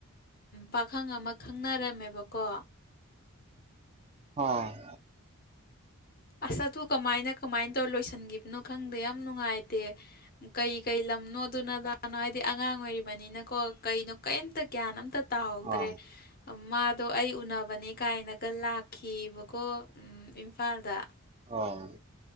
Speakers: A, on the left; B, on the right.
A: ꯄꯥꯈꯪ ꯑꯃ ꯈꯪꯅꯔꯝꯃꯦꯕꯀꯣ
B: ꯍꯣꯏ <unintelligible>
A: ꯑꯁ ꯑꯗꯨ ꯀꯃꯥꯏꯅ ꯀꯃꯥꯏꯅ ꯇꯧꯔ ꯂꯣꯏꯁꯤꯟꯈꯤꯕꯅꯣ ꯈꯪꯗꯦ ꯌꯥꯝ ꯅꯨꯡꯉꯥꯏꯇꯦ ꯀꯩ ꯀꯩ ꯂꯝꯅꯣ ꯑꯗꯨꯅ ꯗꯥꯅꯣ ꯍꯥꯏꯗꯤ ꯑꯉꯥꯡ ꯑꯣꯏꯔꯤꯕꯅꯤꯅꯀꯣ ꯀꯩꯅꯣ ꯀꯩꯏꯝꯇ ꯒ꯭ꯌꯥꯟ ꯑꯝꯇ ꯇꯥꯎꯗ꯭ꯔꯦ
B: ꯑꯥ
A: ꯃꯥꯗꯣ ꯑꯩ ꯎꯅꯕꯅꯦ ꯀꯥꯏꯅꯒ ꯂꯥꯛꯈꯤꯕꯀꯣ ꯏꯝꯐꯥꯜꯗ
B: ꯑꯧ